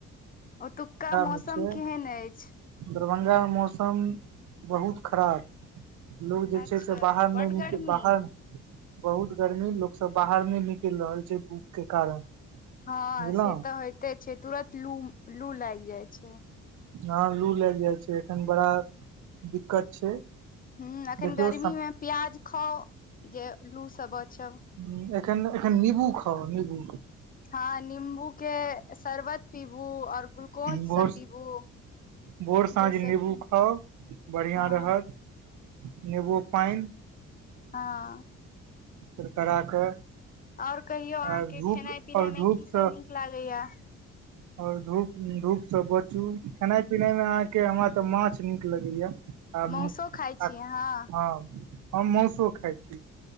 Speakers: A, on the left; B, on the right.
A: ओतुका मौसम
B: मे छियै
A: केहेन एछ।
B: दरभंगा मौसम बहुत खराब लोक जे
A: अच्छा
B: छै से बाहर
A: बड
B: नहि निकल
A: गर्मी
B: बाहर बहुत गर्मी लोक सब बाहर नहि निकल रहल छै धूप के कारण।
A: हँ
B: बुझलहुँ
A: से तऽ होयते छै तुरत लू लू लागि जाइ छै।
B: हँ लू लागि जाइ छै एखन बड़ा दिक्कत छै।
A: ह एखन
B: देखियौ
A: गर्मीमे प्याज खाउ जे लूसँ बचब।
B: समय एखन एखन निबू खाउ निबू
A: हँ नीम्बू के शरबत पीबू और ग्लूकोज
B: भोर
A: सब पीबू।
B: भोर साँझ
A: जैसे
B: नीबू
A: कि
B: खाउ बढ़िआँ
A: हँ
B: रहत। नेवो-पाइन
A: हँ
B: करकरा कऽ
A: आओर कहियौ अहाँके
B: आ धूप
A: खेनाइ पिनाइ
B: आओर
A: मे
B: धूप
A: कीसभ
B: से
A: नीक लागैया?
B: और धूप धूप स बचु। खेनाइ पिनाइ मे अहाँके हमरा तऽ माछ नीक लगैया। आ
A: मौसो खाय
B: आ
A: छी अहाँ?
B: हँ हम मौसो खाइ छी।